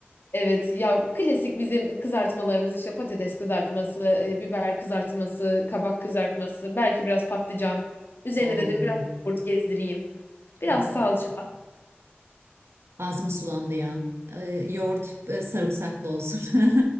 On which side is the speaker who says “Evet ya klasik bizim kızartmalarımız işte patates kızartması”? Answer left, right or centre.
Left